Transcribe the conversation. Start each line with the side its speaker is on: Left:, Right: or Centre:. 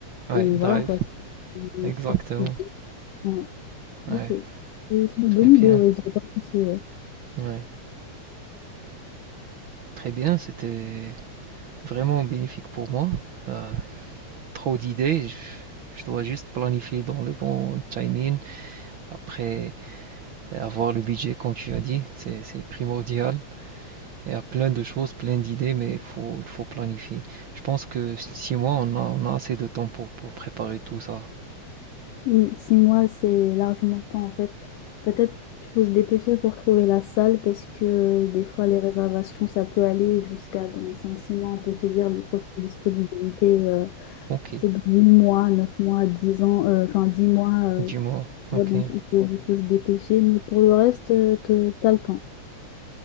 Right: ouais,
Left: et
Right: drive,
Left: voilà quoi, circuler.
Right: exactement.
Left: circuler. Ouais,
Right: Ouais,
Left: ok. Et C'est une
Right: très
Left: bonne
Right: bien.
Left: idée, ouais, j'y ai pas pensé, ouais.
Right: Ouais, très bien, c'était vraiment bénéfique pour moi. Euh, trop d'idées, je, je dois juste planifier dans le bon timing. Après, avoir le budget, comme tu as dit, c'est c'est primordial. Il y a plein de choses, plein d'idées, mais il faut, il faut planifier. Je pense que six mois, on a, on a assez de temps pour, pour préparer tout ça.
Left: Oui, six mois, c'est largement le temps en fait. Peut-être qu'il faut se dépêcher pour trouver la salle parce que euh, des fois les réservations, ça peut aller jusqu'à dans cinq six mois. On peut te dire les prochaines disponibilités, euh,
Right: Ok,
Left: c'est dans 8 mois, 9 mois, 10 ans, euh, enfin 10 mois. euh,
Right: dis-moi.
Left: tu
Right: Ok,
Left: vois, donc il faut, il faut se dépêcher. Mais pour le reste, euh, te- t'as le temps.